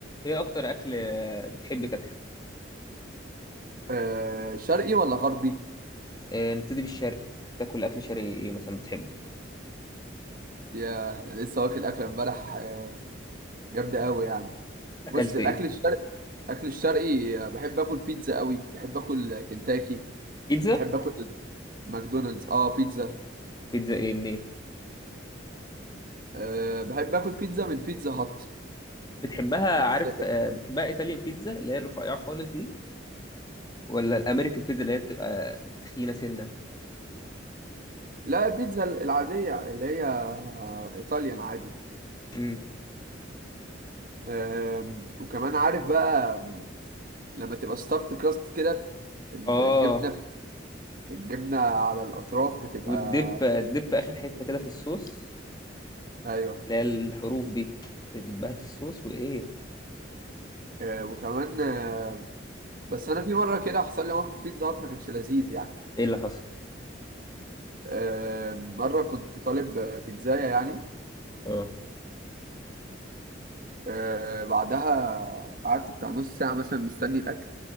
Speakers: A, on the left; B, on the right.
A: ايه اكتر اكل آه، بتحب تاكله
B: آه شرقي ولا غربي؟
A: آه، نبتدي بالشرقي تاكل اكل شرقي ايه مثلا بتحبه
B: يا أنا لسه واكل أكلة امبارح آه، جامدة أوي يعني
A: اكلت
B: بص الأكل
A: ايه
B: الشرقي أكل الشرقي آه، بحب آكل بيتزا أوي بحب آكل كنتاكي
A: بيتزا
B: بحب آكل ماكدونالدز أه بيتزا
A: بيتزا ايه منين
B: أه بحب آكل بيتزا من بيتزا هات
A: بتحبها
B: بس
A: عارف آه، بتحبها ايطاليان بيتزا اللي هي الرفيعه خالص دي ولا الامريكان بيتزا اللي هي بتبقى تخينه سنه
B: لا البيتزا العادية اللي هي إيطاليان عادي
A: امم
B: أه وكمان عارف بقى لما تبقى ستافت كراست كده الجبنة
A: اه
B: الجبنة على الأطراف بتبقى
A: والدب الدب اخر حته كده في الصوص
B: أيوه
A: اللي هي الحروف دي تدبها في الصوص وايه
B: آه، وكمان آه، بس انا في مره كده حصل لي موقف بيتزا هات ما كانش لذيذ يعني
A: ايه اللي حصل
B: آه، مره كنت طالب آه، بيتزايه يعني
A: اه
B: وبعدها قعدت بتاع نص ساعه مثلا مستني الاكل